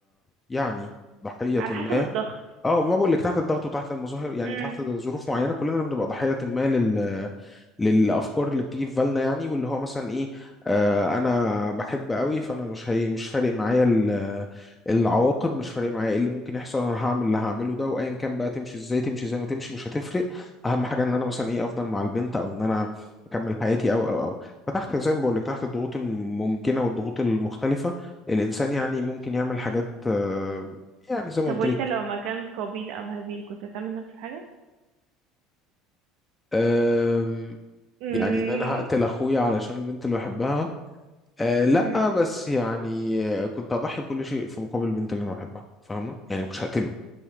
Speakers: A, on the left (about 15°); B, on the right (about 60°).
A: يعني ضحية
B: على
A: ما
B: حسب الضغط
A: اه ما بقول لك تحت الضغط وتحت المظاهر يعني
B: امم
A: تحت ظروف معينه كلنا بنبقى ضحيه ما لل للافكار اللي بتيجي في بالنا يعني واللي هو مثلا ايه آه انا بحب قوي فانا مش هي مش فارق معايا ال- العواقب مش فارق معايا ايه اللي ممكن يحصل انا هعمل اللي هعمله ده وايا كان بقى تمشي ازاي تمشي زي ما تمشي مش هتفرق اهم حاجه ان انا مثلا ايه افضل مع البنت او ان انا اكمل حياتي او او او فتحت زي ما بقول لك تحت الضغوط الممكنه والضغوط المختلفه الانسان يعني ممكن يعمل حاجات آه، يعني زي ما
B: طب
A: قلت
B: وانت
A: لك
B: لو مكان قابيل او هابيل كنت هتعمل نفس الحاجة
A: أم،
B: مم.
A: يعني ان انا هقتل اخويا علشان البنت اللي بحبها أه لا
B: مم.
A: بس يعني آه، كنت اضحي بكل شيء في مقابل البنت اللي انا بحبها فاهمه يعني ما كنتش هقتله